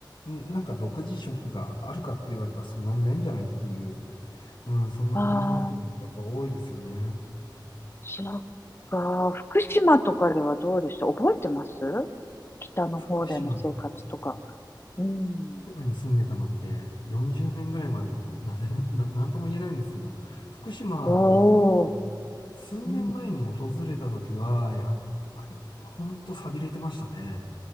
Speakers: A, on the left; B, on the left.
A: んなんか独自色があるかって言われたらそんなにないんじゃないっていう、うん、そんな感じになってるのがやっぱ多いですよね。
B: ああー、そっか。福島とかではどうでした覚えてます北の方での生活とか。
A: 福島
B: うん。
A: 島に住んでたのって40年ぐらいまでなんで、な、なんとも言えないんですけど、福島、
B: おお。
A: 数年前に訪れた時は、
B: うん。
A: やっぱり、ほんと寂れてましたね。